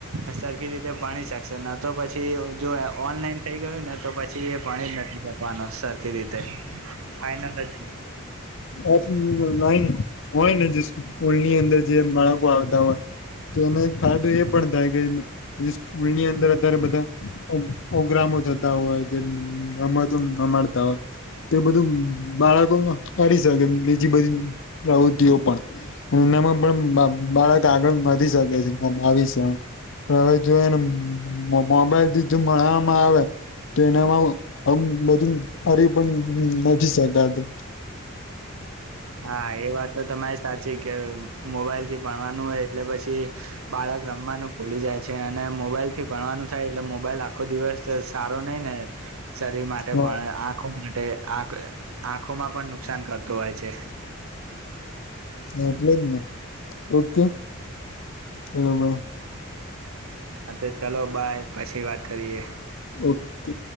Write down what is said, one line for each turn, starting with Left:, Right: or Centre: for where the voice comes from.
Right: અસર- - રીતે ભણી શકશે ન તો પછી જો ઓનલાઈન- - થઈ ગયું ને તો પછી એ ભણી જ નથી શકવાનું સરખી રીતે ફાઈનલ- -
Left: ઓફ લાઈન હોય ને જે સ્કૂલની અંદર જે બાળકો આવતા હોય. તો એનો એક ફાયદો એ પણ થાય કે- - પ સ્કૂલની અંદર અત્યારે બધા પ્રગ્રામો થતા હોય કેમત- - મળતાવ- - તો બધું બાળકો કરી શકે બીજી બધી પ્રવૃતિઓ પણ- - એનામાં પણ બાળક આગળ વધી શકે છે ભાવીસ- - હવે જો એને મોબાઈલ થી જો મળણવામાં આવે- - તો એનામાં આમ બધું હરી પણ નથી શકાતું.
Right: હા એ વાત તો તમારી સાચી કે મોબાઈલ થી ભણવાનું હોય એટલે પછી- - બાળક રમવાનું ભૂલી જાય છે અને મોબાઈલ થી ભણવાનું થાય એટલે મોબાઈલ આખો દિવસ- - સારો નહિ ને? શરીર માટે
Left: હા
Right: પણ આંખો માટે આંખ આંખોમાં પણ નુકસાન કરતું હોય છે.
Left: એટલે જ ને ઓકે એાઈ- -
Right: હા તો ચાલો બાય પછી વાત કરીએ.
Left: ઓકે.